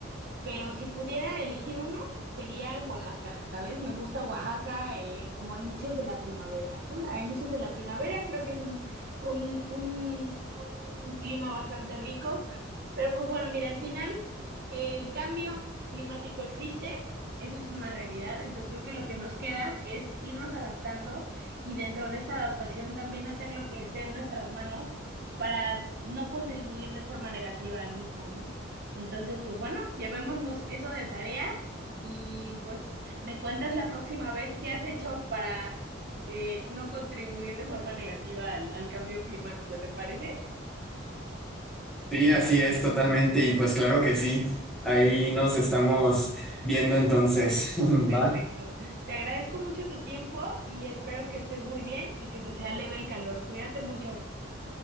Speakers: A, on the right; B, in the centre.
A: pero si pudiera elegir uno, sería en Oaxaca, ¿sabes? Me gusta Oaxaca eh, como a inicios de la primavera, ¿no? A inicios de la primavera creo que es un, un, un, un clima bastante rico, pero pues bueno, mira, al final eh, el cambio climático existe. Eso es una realidad, entonces creo que lo que nos queda es irnos adaptando y dentro de esta adaptación también hacer lo que esté en nuestras manos para no contribuir de forma negativa al mismo, ¿no? Entonces, pues bueno, llevémonos eso de tarea y pues me cuentas la próxima vez qué has hecho para eh, no contribuir de forma negativa al, al cambio climático, ¿te parece?
B: Sí, así es totalmente. Y pues claro que sí, ahí nos estamos viendo entonces, <laughs> ¿va?
A: Perfecto. Te agradezco mucho tu tiempo y espero que estés muy bien y que te sea leve el calor. Cuídate mucho.